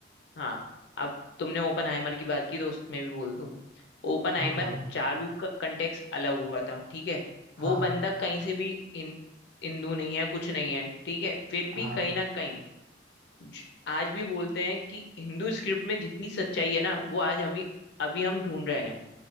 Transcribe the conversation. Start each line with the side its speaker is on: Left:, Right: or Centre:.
Left: हाँ अब तुमने ओपन हाइमर की बात की तो उसमें भी बोल दूं ओपन हाइमर
Right: हाँ बताओ
Left: चालू का कंटेक्स अलग हुआ था ठीक है वो
Right: हाँ
Left: बंदा कहीं से भी इन हिंदू नहीं है कुछ नहीं है ठीक है फिर
Right: हाँ
Left: भी कहीं ना कहीं ज- आज भी बोलते हैं कि हिंदू स्क्रिप्ट में जितनी सच्चाई है ना वो आज हम अभी हम ढूंढ रहे हैं